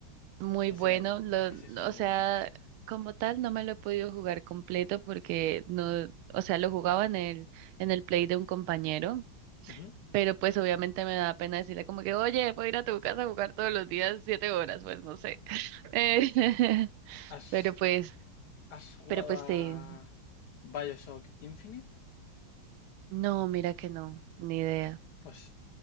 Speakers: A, on the right; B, on the left.
A: Muy
B: Ese,
A: bueno, lo,
B: ese es muy
A: o
B: bueno.
A: sea, como tal no me lo he podido jugar completo porque no, o sea, lo jugaba en el, en el play de un compañero,
B: Ujú.
A: pero pues obviamente me da pena decirle como que, oye, puedo ir a tu casa a jugar todos los días siete horas, pues no sé. <laughs> Eh, <laughs>
B: ¿Has,
A: pero pues,
B: has jugado
A: pero pues
B: a
A: sí,
B: Bioshock Infinite?
A: no, mira que no, ni idea.
B: Pues